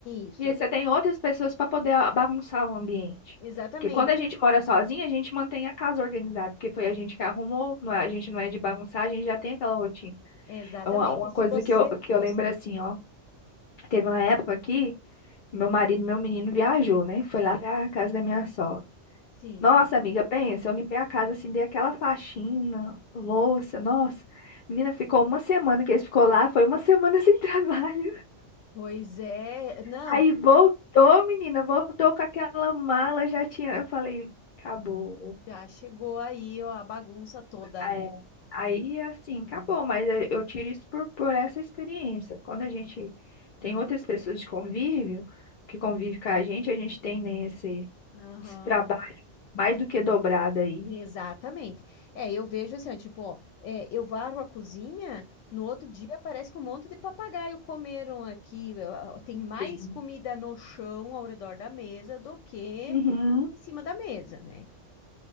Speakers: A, on the left; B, on the left.
A: Isso,
B: E aí você tem outras pessoas para poder a- bagunçar o ambiente.
A: exatamente,
B: Porque quando a gente mora sozinha, a gente mantém a casa organizada, porque foi a gente que arrumou, não é- a gente não é de bagunçar, a gente já tem aquela rotina.
A: exatamente.
B: É uma, uma
A: E se
B: coisa
A: você
B: que eu, que
A: fosse,
B: eu lembro assim, ó. Teve uma época aqui, meu marido, meu menino viajou, né? Foi lá pra casa da minha sogra.
A: sim.
B: Nossa, amiga, pensa, eu limpei a casa assim, dei aquela faxina, louça, nossa. Menina, ficou uma semana que ele ficou lá, foi uma semana sem <laughs> trabalho.
A: Pois é, não,
B: Aí voltou, menina, voltou com aquela mala, já tinha. Eu falei, acabou.
A: já chegou aí ó, a bagunça toda,
B: É,
A: né?
B: é, aí, assim, acabou, mas eu, eu tiro isso por, por essa experiência. Quando a gente tem
A: Ah,
B: outras pessoas de convívio, que convivem com a gente, a gente tem nesse
A: Aham,
B: esse trabalho mais do que dobrado aí.
A: Exatamente. É, eu vejo assim, ó, tipo, ó, é, eu varro a cozinha, no outro dia parece que um monte de papagaio comeram aqui. ó, ó, Tem mais
B: Sim.
A: comida no chão ao redor da mesa do que
B: Uhum,
A: em cima da mesa, né?